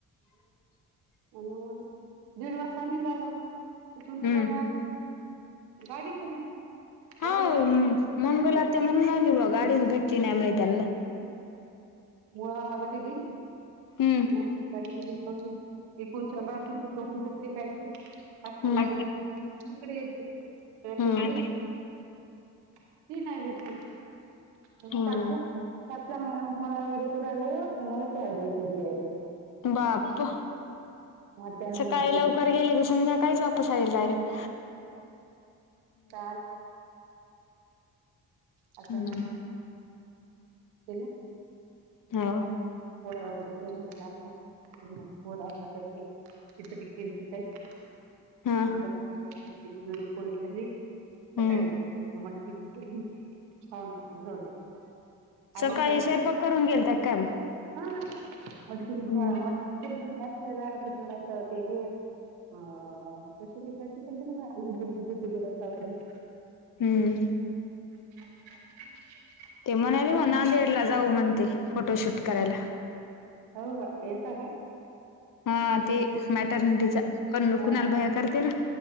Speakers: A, on the right; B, on the left.
A: अ दीड वर्ष निघालो. तिथून
B: हम्म
A: निघाल्या गाडीच नाही.
B: हो
A: गाडी नाही
B: मंगल
A: गाडी
B: आत्या म्हणून आवली बा गाडीच भेटली नाही मि त्यांना.
A: म आग दि <unintelligible>
B: हम्म.
A: होग एकूणच्या बाजू चुक <unintelligible> काय आजची
B: हम्म
A: गडीक येते.
B: हम्म
A: नाही बाई. ती नाही भेटली सात
B: हम्म
A: सात म. मुळवाडीच झाल <unintelligible>
B: बाप
A: मग त्याला
B: सकाळी
A: माहिती
B: लवकर गेले तर संध्या काहीच बाप. तप सईलाक.
A: लल अ <inaudible>
B: हम्म
A: ह ना.
B: होव.
A: पोडा वगैर पोड कर चितडी <inaudible> क श काय
B: हा
A: रुप खाली सकाळी <inaudible>
B: हम्म
A: मटत खाऊन टाकलं जाऊ दे. आधी
B: सकाळी
A: काय
B: स्वयंपाक करून गेल त्या काय मग.
A: हा मटकी विजू
B: हम्म
A: मटकी केलती नाश्त्याला त्याचं नाही तर हे. अ कशी भाजि आलूची भाजी तझ रसा भाजी.
B: हम्म.
A: <inaudible>
B: ते म्हणाले मग नांदेड ला जाऊ म्हणते फोटोशूट करायला.
A: हो का येता काय.
B: हा ते मॅटर्निटीचा प
A: हा
B: कुणाला भया करतील ना.